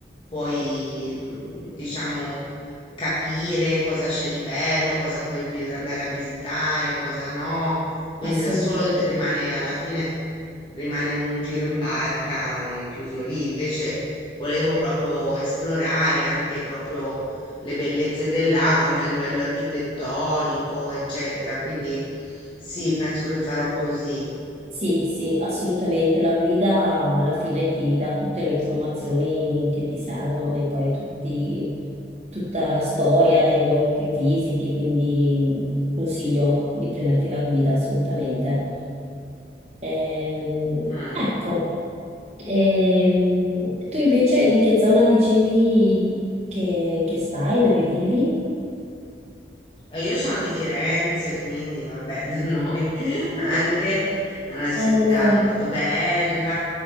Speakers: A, on the left; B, on the right.
A: puoi, mm, diciamo capire cosa c'è di bello, cosa puoi vi- andare a visitare, cosa no. Quindi
B: assolutamente.
A: da solo d- rimane alla fine rimane un giro in barca e chiuso lì. Invece volevo proprio esplorare anche proprio le bellezze del lago, anche a livello architettonico, eccetera. Quindi sì, penso che farò così.
B: Sì, sì, assolutamente. La guida alla fine ti dà tutte le informazioni che ti servono e poi tutti- tutta la storia del luogo che visiti, quindi consiglio di prenderti la guida assolutamente. Ehm,
A: Mm.
B: ecco, Ehm, tu invece di che zona dicevi che, che stai, dove vivi?
A: Eh, Io sono di Firenze, quindi vabbè, da noi <laughs>
B: Ah,
A: anche è una città
B: bello.
A: molto bella.